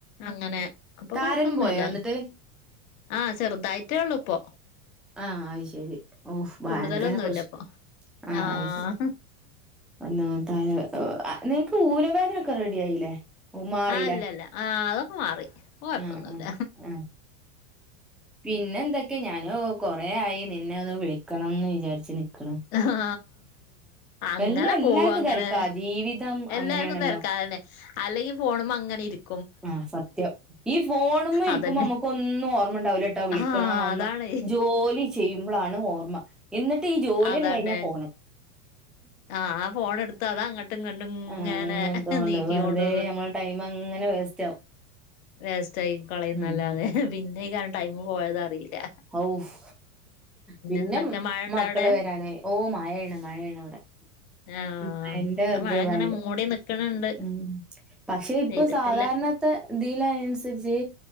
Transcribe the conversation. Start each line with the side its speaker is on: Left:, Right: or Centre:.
Left: അങ്ങനെ ഇപ്പൊ
Centre: താരനും
Left: കൊഴപ്പൊന്നുല്ല
Centre: പോയോ എന്നിട്ട്?
Left: ആ ചെറുതായിട്ടേ ഉള്ളൂ ഇപ്പൊ
Centre: ആ അയ് ശരി ഓഫ് ഭയങ്കര
Left: കൂടുതലൊന്നുല്ല
Centre: പ്രശ്ന
Left: ഇപ്പൊ
Centre: ആ
Left: ആഹ്
Centre: അയ് ശ ഒന്നാമത്തെ അയിന് എ അ നിങ്ങക്ക് ഊരവേദനൊക്കെ റെഡി ആയില്ലേ ഓ, മാറിയില്ലേ?
Left: ആ അല്ലല്ല ആ അതൊക്കെ മാറി ഡ ഇപ്പോ കൊയപ്പൊന്നുല്ല
Centre: ആഹ് ആഹ് ആഹ് പിന്നെ എന്തൊക്കെ ഞാന് കൊറെ ആയി നിന്നെ ഒന്ന് വിളിക്കണംന്ന് വിചാരിച്ചു നിക്കണ്
Left: ആ ആ ആ അങ്ങനെ
Centre: എല്ലാ എല്ലാർക്കും
Left: പോവും അങ്ങനെ
Centre: തെരക്കാ ജീവിതം
Left: എല്ലാർക്കും
Centre: അങ്ങനെയാണല്ലോ
Left: തെരക്കായോണ്ടെ അല്ലെങ്കിൽ ഫോണുമ്മ അങ്ങനെ ഇരിക്കു
Centre: ആ സത്യം ഈ ഫോണുമ്മ ഇരിക്കുമ്പോ
Left: അതന്നെ
Centre: മ്മുക്ക് ഒന്നും ഓർമ്മ ഉണ്ടാവൂലാട്ടോ വിളിക്കണോ
Left: ആ
Centre: ഒന്നും
Left: അതാണ്
Centre: ജോലി ചെയ്യുമ്പോളാണ് ഓർമ്മ എന്നിട്ട് ഈ ജോലി
Left: അതന്നെ
Centre: അണ്ട് കഴിഞ്ഞ ഫോണ്
Left: ആ ആ ഫോൺ എടുത്ത് അത് അങ്ങട്ടും ഇങ്ങട്ടും ഇങ്ങനെ
Centre: ആ അങ്ങനത്തോണ്ട്
Left: നീക്കിയോണ്ട്
Centre: വെറുതെ നമ്മള ടൈം അങ്ങനെ വേസ്റ്റ് ആവും
Left: വേസ്റ്റായി കളയുന്നല്ലാതെ
Centre: ഉം
Left: പിന്നെ ഈ കാരണം ടൈറ് പോയത് അറിയില്ല
Centre: ഔഫ് പിന്നെ
Left: എന്തൊക്കെ മഴ ഇണ്ട
Centre: മക്കള്
Left: അവിടെ
Centre: വരാനായി ഓ മയാണ് മയാണ് ഇവടെ
Left: ആ
Centre: ഉം മഴേൻ്റെ
Left: ഇവിടെ
Centre: ഇത്
Left: മഴ
Centre: ഭയങ്ക
Left: ഇങ്ങനെ മൂടി നിക്കണ് ണ്ട്
Centre: ഉം പക്ഷെ ഇപ്പൊ
Left: പെയ്തിട്ടില്ല
Centre: സാധാരണ ത്തെതിലയനുസരിച്ച്